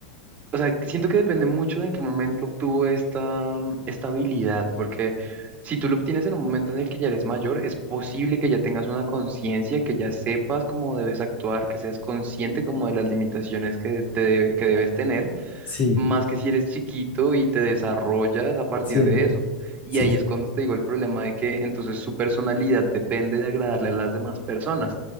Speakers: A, on the right; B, on the left.
A: O sea, siento que depende mucho de en qué momento obtuvo esta, esta habilidad, porque si tú lo obtienes en un momento en el que ya eres mayor, es posible que ya tengas una conciencia, que ya sepas cómo debes actuar, que seas consciente como de las limitaciones que, te, debe- que debes tener
B: Sí,
A: más que si eres chiquito y te desarrollas a partir
B: sí,
A: de eso. Y
B: sí,
A: ahí
B: sí.
A: es cuando te digo el problema de que entonces su personalidad depende de agradarle a las demás personas.